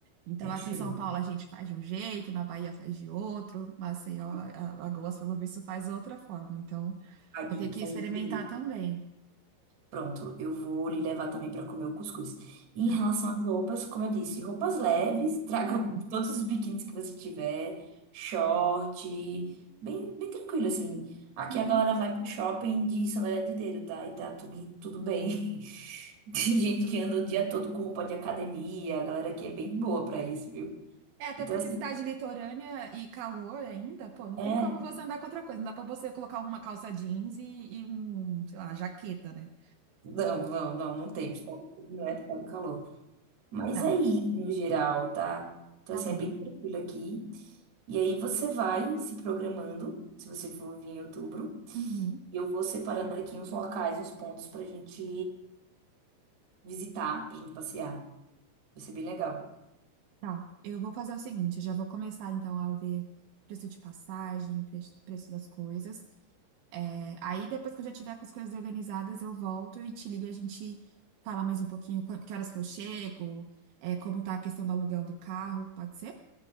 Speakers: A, on the right; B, on the right.
A: Então,
B: É
A: aqui
B: diferente.
A: em São Paulo a gente faz de um jeito, na Bahia faz de outro, Maceió,
B: É,
A: a- Alagoas, pelo visto, faz outra forma. Então,
B: Faz,
A: vou
B: de-
A: ter que
B: faz
A: experimentar
B: de-
A: também.
B: Pronto, eu vou lhe levar também para comer o cuscuz. E
A: Tá.
B: em relação às roupas, como eu disse, roupas leves, <laughs> traga
A: Uhum,
B: todos os biquínis que você tiver, short, bem, bem tranquilo, assim. Aqui
A: uhum.
B: a galera vai pro shopping de sandália de dedo, tá? E tá tudo, tudo bem. <laughs> Tem gente que anda o dia todo com roupa de academia, a galera aqui é bem boa para isso, viu?
A: É, até
B: Então,
A: porque
B: assim,
A: cidade litorânea e calor ainda, pô, não
B: é.
A: tem como você andar com outra coisa. Não dá pra você colocar uma calça jeans e, e um, sei lá, jaqueta, né?
B: Não, não, não, não tem, principalmente não é por causa do calor. Mas
A: Tá,
B: é isso no geral, tá? Então,
A: tá
B: assim,
A: bom.
B: é bem tranquilo aqui. E aí você vai se programando, se você for vir em outubro.
A: Uhum.
B: Eu vou separando aqui uns locais, uns pontos pra gente visitar, pra gente passear. Vai ser bem legal.
A: Tá, eu vou fazer o seguinte, eu já vou começar então a ver preço de passagem, pre- preço das coisas. É, aí depois que eu já tiver com as coisas organizadas, eu volto e te ligo e a gente fala mais um pouquinho quan- que horas que eu chego, é, como tá a questão do aluguel do carro, pode ser?